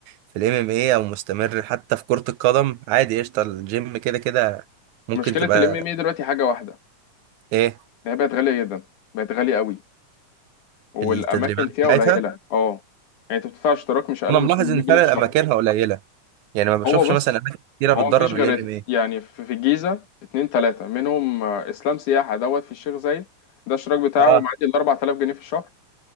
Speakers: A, on the right; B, on the left.
A: في الام ام اي او مستمر حتى في كرة القدم عادي قشطه الجيم كده كده ممكن
B: مشكله
A: تبقى
B: الام ام اي دلوقتي حاجه واحده
A: ايه
B: إن هي بقت غاليه جدا بقت غاليه قوي والاماكن
A: التدريبات
B: فيها
A: بتاعتها
B: قليله اه يعني انت بتدفع اشتراك مش اقل
A: انا ملاحظ
B: من 800
A: ان فعلا
B: جنيه في الشهر
A: اماكنها قليله يعني ما بشوفش
B: هو بص
A: مثلا اماكن كتيره بتدرب
B: هو مفيش غير
A: الام ام اي
B: يعني في في الجيزه اتنين تلاته منهم آه، اسلام سياحه دوت في الشيخ زايد ده الاشتراك بتاعه
A: اه
B: معدي ال 4000 جنيه في الشهر